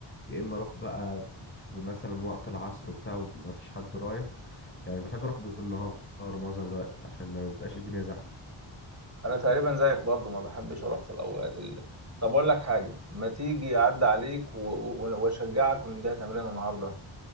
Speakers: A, on the left; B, on the right.
A: يا اما اروح بقى في مثلا وقت العصر وبتاع وما فيش حد رايح يعني بحب اروح بالنهار معظم الوقت عشان ما بيبقاش الدنيا زحمه
B: انا تقريبا زيك برضو ما بحبش اروح في الاوقات اللي طب اقول لك حاجه ما تيجي اعدي عليك و... و... واشجعك ونديها تمرين النهارده